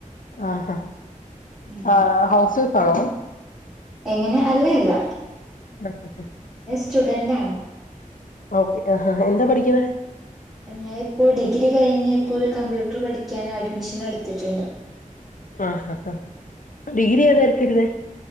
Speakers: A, on the left (about 70°); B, in the centre.
A: ആ ഹ
B: ഉം.
A: ആ ഹൗസ് വൈഫാണോ
B: എങ്ങനെ അല്ല അല്ല
A: ഹ ഹ ഹ
B: സ്റ്റുഡന്റാണ്
A: ഓക്കെ ആഹ് ഹാ ഹാ എന്താ പഠിക്കുന്നെ?
B: ഞാ ഇപ്പോ ഡിഗ്രി കഴിഞ്ഞിപ്പൊരു കമ്പ്യൂട്ടർ പഠിക്കാന് അഡ്മിഷൻ എടുത്തിട്ട്ണ്ട്.
A: ആഹ് ആഹ് ഡിഗ്രി ഏതാ എട്ത്തിരുന്നെ?